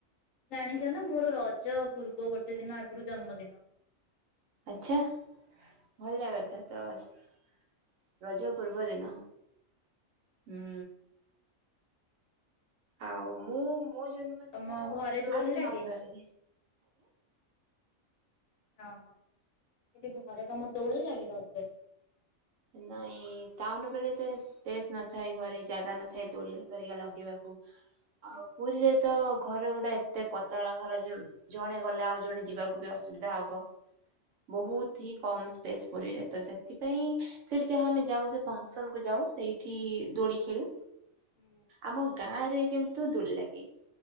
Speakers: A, on the left; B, on the right.
A: ଜାଣିଛ ନା ମୋର ରଜ ପୂର୍ବ ଗୋଟେ ଦିନ ଆଗୁରୁ ଜନ୍ମଦିନ।
B: ଆଚ୍ଛା। ଭଲ କଥା ତ ସ ରଜ ପୂର୍ବ ଦିନ ହୁଁ। ଆଉ ମୁଁ ମୋ ଜନ୍ମଦିନ
A: ତମ ଘରେ
B: ମାର୍ଚ୍ଚ
A: ଦୋଳି ଲାଗେ?
B: ମାସରେ।
A: ମୁଁ କହିଲି ଘରେ ତମ ଦୋଳି ଲାଗେ ରାଜରେ?
B: ନାଇଁ ଟାଉନ ଉପରେ ଏତେ ସ୍ପେସ୍ ନଥାଏ ଘରେ ଜାଗା ନଥାଏ ଦୋଳି ଏପରିକା ଲଗେଇବାକୁ। ଆଉ
A: ହୁଁ
B: ପୁରୀରେ ତ ଘର ଗୁଡ଼ା ଏତେ ପ ତଳା ଘର ଯୋଉ ଜଣେ ଗଲେ ଆଉ ଜଣେ ଯିବାକୁ ବି ଅସୁବିଧା ହବ। ବହୁତ ହି କମ୍ ସ୍ପେସ୍ ପୁରୀରେ ତ ସେଥିପାଇଁ ସେଇଠି ଯାହା ଆମେ ଯାଉ ସେ ଫଙ୍କସନ୍ କୁ ଯାଉ ସେଇଠି ଦୋଳି ଖେଳୁ।
A: ହୁଁ
B: ଆମ ଗାଁରେ କିନ୍ତୁ ଦୋଳି ଲାଗେ,